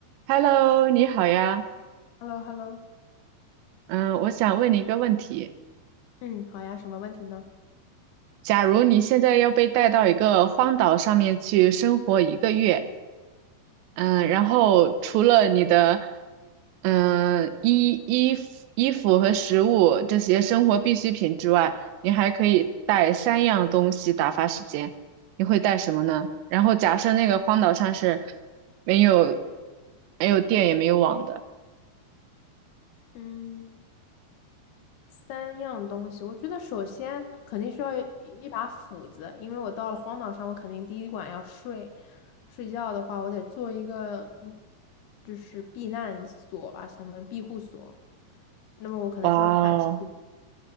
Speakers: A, on the right; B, on the left.
A: Hello，你好呀。
B: h e l l o h e l l o
A: 嗯，我想问你一个问题：
B: 嗯，好呀，什么问题呢？
A: 假如你现在要被带到一个荒岛上面去生活一个月，嗯，然后除了你的嗯衣衣服、衣服和食物这些生活必需品之外，你还可以带三样东西打发时间，你会带什么呢？然后假设那个荒岛上是没有没有电也没有网的。
B: 嗯，三样东西，我觉得首先肯定需要一一把斧子，因为我到了荒岛上，我肯定第一晚要睡。睡觉的话，我得做一个嗯就是避难所吧，相当于庇护所。那么我可能需要砍树，
A: 哇哦，